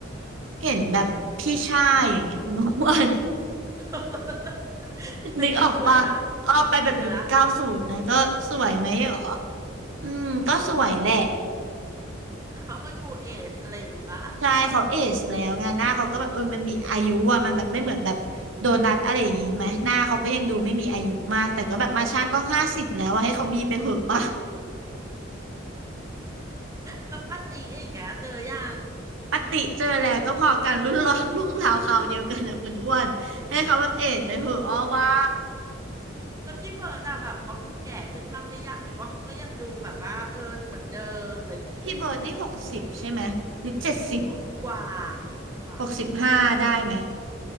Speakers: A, on the right (about 75°); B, on the right (about 15°).
A: เห็นแบบพี่ชายอย่างเงี้ยคุณอ้วน
B: <laughs>
A: <laughs>
B: เป็นไงสวยปะ
A: นึกออกปะอ้อไปแบบยุคเก้าศูนย์นะก็สวยไหมหรอ
B: สวยปะ
A: อืมก็สวยแหละ
B: แต่เขาก็ดูเอจอะไรอย่างงี้ปะ
A: ใช่เขาเอจแล้วไงหน้าเขาก็แบบเออมันมีอายุอะมันแบบไม่เหมือนแบบโดนัทอะไรอย่างงี้ไหมหน้าเขาก็ยังดูไม่มีอายุมากแต่ก็แบบมาชาก็ห้าสิบแล้วอะให้เขามีไปเหอะปะ
B: แล้วป้าตีเอย่างเงี้ยเจอยัง
A: ปฏิเจอแล้วก็พอกันรุ่นรอ <laughs> รุ่นราวคราวเดียวกันนะคุณอ้วนให้เขาแบบเอจไปเหอะอ้อว่า
B: แล้วพี่เบิร์ดอะแบบเขาดูแก่ขึ้นบ้างหรือยังหรือว่าเขาก็ยังดูแบบว่าเออเหมือนเดิมอะไรอย่างงี้
A: พี่เบิร์ดนี่หกสิบใช่ไหมหรือเจ็ดสิบ
B: หกสิบกว่าหกสิบกว่าใกล้ใกล้
A: หกสิบห้าได้ไหม